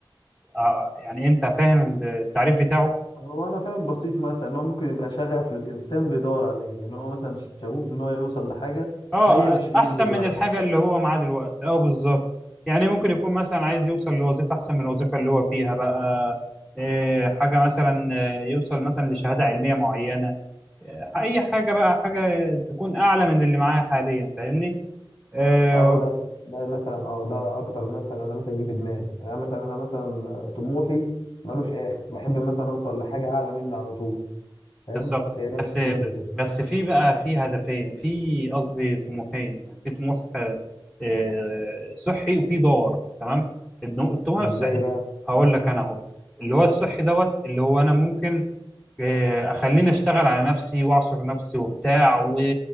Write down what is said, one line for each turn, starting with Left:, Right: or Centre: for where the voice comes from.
Centre: اه يعني انت فاهم التعريف بتاعه
Left: هو انا فاهم بسيط مثلا ان هو ممكن يبقى شغف للانسان بيدور عليه ان هو مثلا شغوف ان هو يوصل لحاجه
Centre: اه
Left: وهي مش في
Centre: احسن
Left: ايده دلوقتي
Centre: من الحاجة اللي هو معاه دلوقتي اه بالظبط يعني ممكن يكون مثلا عايز يوصل لوظيفة احسن من الوظيفة اللي هو فيها بقى اه حاجة مثلا اه، يوصل مثلا لشهادة علمية معينة اه اي حاجة بقى حاجة تكون اعلى من اللي معاه حاليا فاهمني اه،
Left: اه ده ده مثلا اه ده اكتر مثلا انا مثلا جه في دماغي يعني انا مثلا انا مثلا طموحي ملوش اخر بحب مثلا اوصل لحاجه اعلى مني على طول فاهم
Centre: بالظبط
Left: هي نفس
Centre: بس
Left: الفكره كده
Centre: بس في بقى في هدفين في قصدي طموحين يعني في طموح آه، آه، صحي وفي دور تمام النو- الطموح الصحي
Left: ازاي بقى
Centre: هقول لك انا اهو اللي هو الصحي دوت اللي هو انا ممكن آه، اخليني اشتغل على نفسي واعصر نفسي وبتاع و...